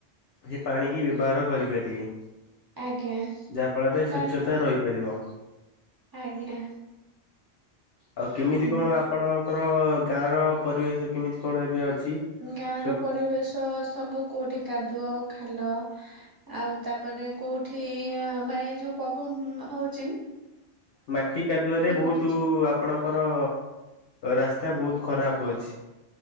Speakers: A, on the left; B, on the right.
A: ହେ ପାଣିକି ବ୍ୟବହାର କରିପାରିବେ।
B: ଆଜ୍ଞା
A: ଯାହା ଫଳରେ
B: ପାଣି
A: ସ୍ୱଚ୍ଛତା ରହିପାରିବ।
B: ଆଜ୍ଞା।
A: ଆଉ କେମିତି
B: ହୁଁ
A: କଣ ଆପଣଙ୍କର ଗାଁର ପରିବେଶ କେମିତି କଣ ଏବେ ଅଛି?
B: ଗାଁ
A: ସୁ
B: ର ପରିବେଶ ସବୁ କୋଉଠି କାଦୁଅ ଖାଲ ଆଉ ତାପରେ କୋଉଠି ମା ଏଇ ଯୋଉ ପବନ ହଉଚି
A: ମାଟି କାଦୁଆରେ ବହୁତୁ
B: ପଡିଛି
A: ଆ ଆପଣଙ୍କର ରାସ୍ତା ବହୁତ ଖରାପ ଅଛି।